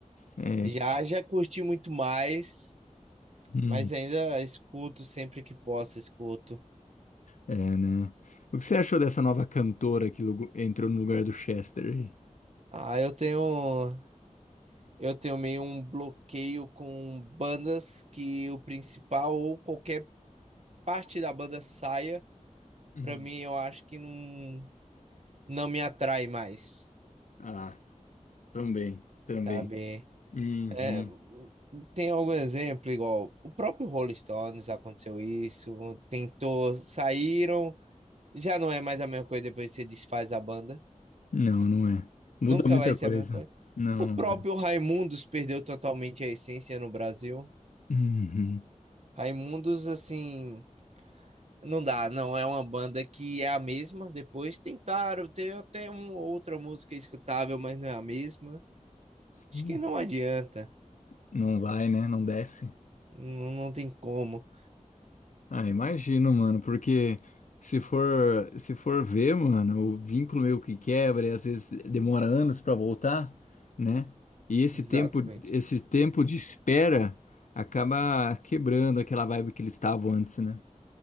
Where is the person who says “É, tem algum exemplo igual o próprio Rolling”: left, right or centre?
Right